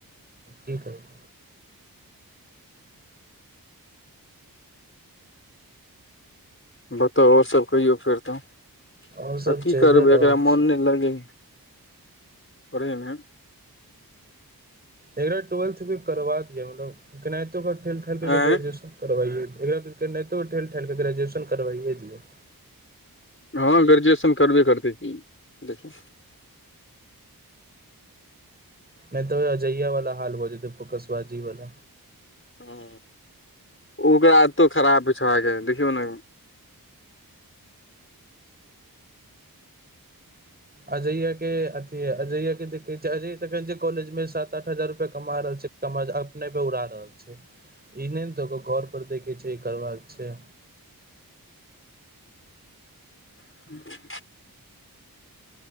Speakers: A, on the right; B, on the left.
A: की करू
B: बताउ ओ सब कहियौ फेर तऽ
A: आओर
B: आ
A: सब
B: की
A: चलिए
B: करबै
A: रहल
B: एकरा मोन
A: छै
B: नै लगै पढ़ैमे
A: एकरा ट्वेल्थ भी करबा दियौ न केनातो ठेल ठाएल क
B: आँय
A: ग्रेजुएशन करबा दियो एकरा केन्हैतो ठेल ठाएल क ग्रेजुएशन करबाइे दियौ
B: हँ ग्रेजुएशन करबे करतै की देखी
A: नै त अजैया वाला हाल भ जेतै फोकसबाजी वाला
B: हू ओकरा आदतो खराब छै छोराके देखियौ न
A: अजैया के अथी अजैया के देखे छै अजैया त छै कॉलेज मे सात आठ हजार रुपैया कमा रहल छै ट मज अपने प उड़ा रहल छै ई नै ने त घर पर देखै छै ई करबाक छै
B: <inaudible>